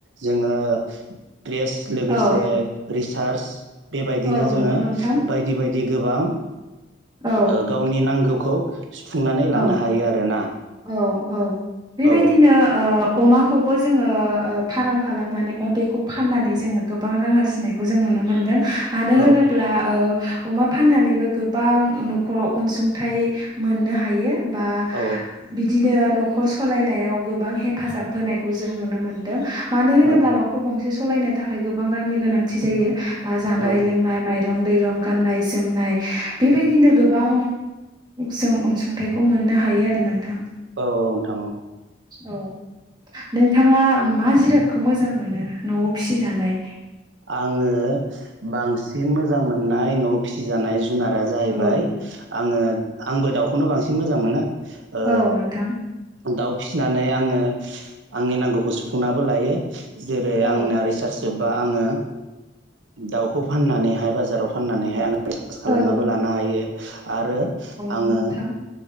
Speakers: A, on the right; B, on the right.
A: जोङो प्रेस लोगोसे
B: औ
A: रिसार्च बेबायदिनो
B: औ
A: जोङो
B: नंगौ नोंथां
A: बायदि बायदि गोबां
B: औ
A: ओ गावनि नांगौखौ सुफुंनानै लानो
B: औ
A: हायो आरोना
B: औ औ बेबायदिनो
A: औ
B: ओ अमा खौबो जोङो ओ फार्म खालामनानै बा बेखौ फाननानै जोङो गोबां रां आरजिनायखौ जों नुनो मोन्दों मानो होनोब्ला
A: औ
B: ओ अमा फाननानैबो गोबां न'खराव अनसुंथाइ मोननो हायो बा
A: औ
B: बिदिनो न' न'खर सालायनायाव गोबां हेफाजाब होनायखौ जों नुनो मोनदों मानो होनोब्ला
A: औ
B: न'खर गंसे सलायनो थाखाय गोबां रांनि गोनांथि जायो बा जानाय
A: औ
B: लोंनाय माइ दं दैरं गाननाय जोमनाय बेबायदिनो गोबां जों अनसुं थायखौ मोननो हायो आरो नोंथां
A: औ औ नोंथां औ
B: औ नोंथाङा मा जिरादखौ मोजां मोनो न'आव फिसिजानाय
A: आङो बांसिन मोजां मोननाय न' फिसिजानाय जु जुनारा जाहैबाय
B: औ
A: आङो आंबो दाउखौनो बांसिन मोजां मोनो ओ
B: औ नोंथां
A: दाउ फिसिनानै आङो आंनि नांगौखौ सुफुंनाबो लायो जेरै
B: औ
A: आंना रिसार्च जोब्बा आङो दाउखौ फाननानै हाथाइ बाजाराव फननानैहाय रिचार्स खालामनाबो
B: नंगौ
A: लानो हायो आरो आङो
B: नोंथां